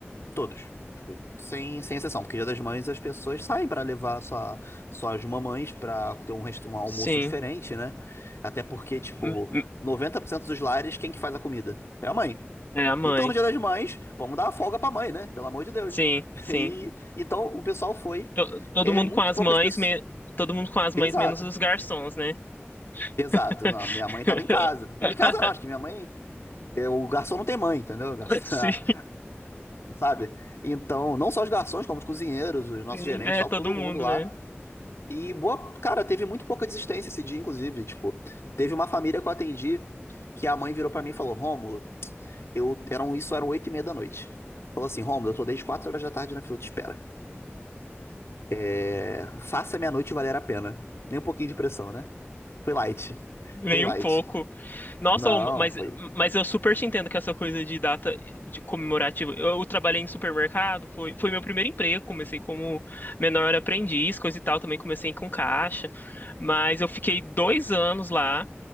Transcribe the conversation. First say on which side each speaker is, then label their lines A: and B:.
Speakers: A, on the left; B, on the left.
A: todos. Tipo, Sem, sem exceção, porque Dia das Mães as pessoas saem pra levar sua, suas mamães pra ter um, resto, um almoço
B: sim.
A: diferente, né? Até porque, tipo,
B: M- m-
A: 90% dos lares, quem que faz a comida? É a mãe.
B: É a mãe.
A: Então, no Dia das Mães, vamos dar a folga pra mãe, né? Pelo amor de Deus.
B: Sim,
A: <laughs>
B: sim.
A: E, então, o pessoal foi.
B: To- Todo
A: É,
B: mundo
A: muito
B: com as
A: poucas
B: mães,
A: pessoas.
B: me- todo mundo com as mães
A: Exato.
B: menos os garçons, né?
A: Exato.
B: <laughs>
A: Não, minha mãe tava em casa. Em casa não, acho que minha mãe. é, o garçom não tem mãe, entendeu? Garçom-
B: <laughs> Sim.
A: <laughs> Sabe? Então, não só os garçons, como os cozinheiros, os nossos
B: Sim,
A: gerentes,
B: é
A: tal,
B: todo
A: todo
B: mundo,
A: mundo lá.
B: né?
A: E boa, cara, teve muito pouca desistência esse dia, inclusive. Tipo, teve uma família que eu atendi que a mãe virou pra mim e falou: Rômulo. Eu, eram, isso eram oito e meia da noite. Falou assim, Rômulo, eu tô desde quatro horas da tarde na fila de espera. É, faça a minha noite valer a pena. Nem um pouquinho de pressão, né? Foi light.
B: Nem
A: Foi light.
B: um pouco. Nossa,
A: Não,
B: ô, mas,
A: foi
B: mas eu super te entendo que essa coisa de data de comemorativa. Eu, eu trabalhei em supermercado, foi, foi meu primeiro emprego. Comecei como menor aprendiz, coisa e tal. Também comecei com caixa. Mas eu fiquei dois anos lá.